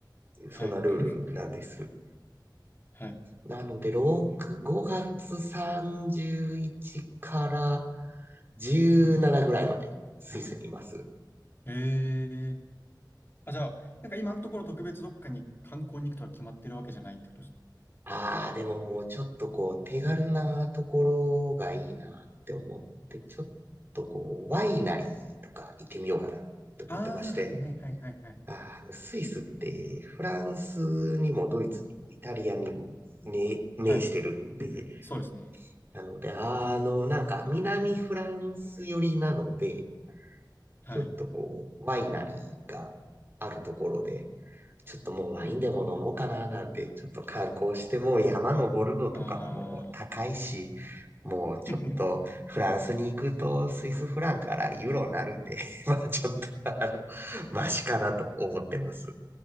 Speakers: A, on the right (about 30°); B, on the left (about 30°).
A: いう、
B: はい。
A: そんなルールなんです。
B: <laughs> はい。
A: なので、6、5月31から17ぐらいまでスイスにいます。
B: うん。ええあ、じゃあ、なんか今のところ特別どっかに観光に行くとは決まってるわけじゃないってことです
A: ああ、でももうちょっとこう、手軽なところがいいなって思って、ちょっとこう、ワイナリーとか行ってみようかなと思ってまして、
B: ああ、はいはいはいはいはい。
A: あの、スイスってフランスにもドイツにもイタリアにも面面してるんで、
B: はい。そうですね。
A: なので、あの、なんか南フランス寄りなので、
B: はい。
A: ちょっとこう、ワイナリーがあるところで、ちょっともうワインでも飲もうかななんて、
B: うん。
A: ちょっと観光してもう山登るのとかも高いし、
B: ああ、
A: もうちょっとフランスに行くとスイスフランからユーロになるんで、
B: <laughs>
A: <laughs> まあちょっとあの、マシかなと思ってます。